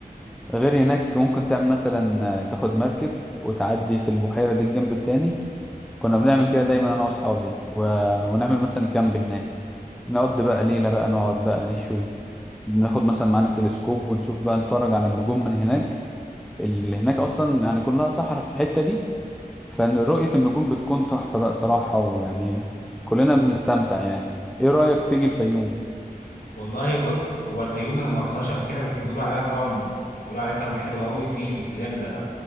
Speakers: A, in the centre; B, on the left (about 75°).
A: غير هناك ممكن تعمل مثلا آه، تاخد مركب وتعدي في البحيرة دي الجنب التاني كنا بنعمل كده دايما أنا وأصحابي و... ونعمل مثلا كامب هناك نقضي بقى ليلة بقى نقعد بقى نشوي بناخد مثلا معانا التلسكوب ونشوف بقى نتفرج على النجوم من هناك اللي هناك أصلا يعني كلها صحراء في الحتة دي فرؤية النجوم بتكون تحفة بقى صراحة ويعني كلنا بنستمتع يعني ايه رأيك تيجي الفيوم
B: والله بص هو الفيوم انا ما رحتهاش قبل كده بس بيقولوا عليها طبعا بيقولوا عليها كلام حلو قوي في اللي هي